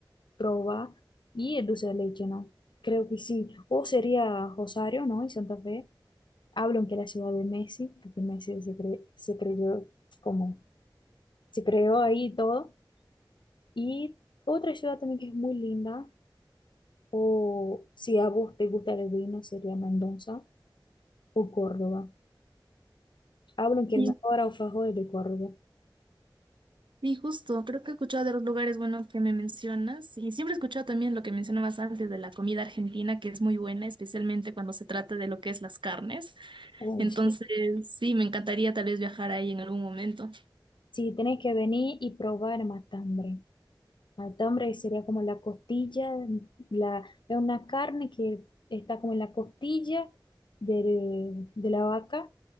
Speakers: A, on the left; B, on the right.
A: probar y el dulce de leche, ¿no? Creo que sí. O sería Rosario, ¿no? Y Santa Fe. Hablan que la ciudad de Messi, porque Messi se, cre- se creyó como, se creó ahí y todo. Y otra ciudad también que es muy linda, o si a vos te gusta el vino, sería Mendoza o Córdoba. Hablan que
B: Sí,
A: el mejor alfajor es de Córdoba.
B: Sí, justo, creo que he escuchado de los lugares, bueno, que me mencionas y siempre he escuchado también lo que mencionabas antes de la comida argentina, que es muy buena, especialmente cuando se trata de lo que es las carnes.
A: O
B: Entonces,
A: si,
B: sí, me encantaría tal vez viajar ahí en algún momento.
A: si tenés que venir y probar matambre. Matambre sería como la costilla, la, es una carne que está como en la costilla del- de la vaca,